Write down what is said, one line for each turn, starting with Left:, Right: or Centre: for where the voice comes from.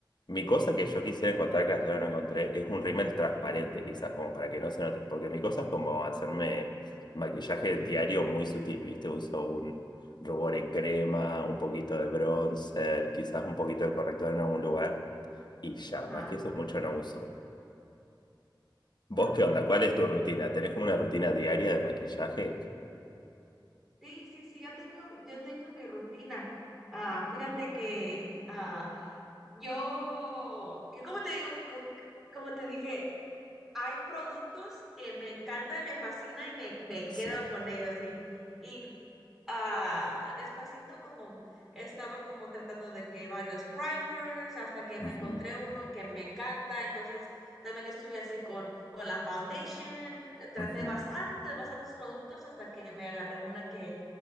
Left: mi cosa que yo quisiera encontrar, que hasta ahora no encontré, es un rímel transparente, quizás, como para que no se note. Porque mi cosa es como hacerme maquillaje diario muy sutil, ¿viste? Uso un rubor en crema, un poquito de bronzer, quizás un poquito de corrector en algún lugar. Y ya,
Centre: Ajá.
Left: más que eso, mucho no uso. ¿Vos
Centre: Ah, fíjate.
Left: qué onda? ¿Cuál es tu rutina? ¿Tenés como una rutina diaria de maquillaje?
Centre: Sí, sí, sí, yo tengo, yo tengo mi rutina. Ah, fíjate que ah, yo, yo como te digo, co- como te dije, hay productos que me encantan y me fascinan y me, me
Left: Sí.
Centre: quedo con ellos. Y, y ah, despacito como estaba como tratando de que varios primers hasta que
Left: Ujú,
Centre: me encontré uno que me encanta. Entonces también estuve así con, con la foundation. Traté
Left: ujú.
Centre: bastantes, bastantes productos hasta que me agarré una que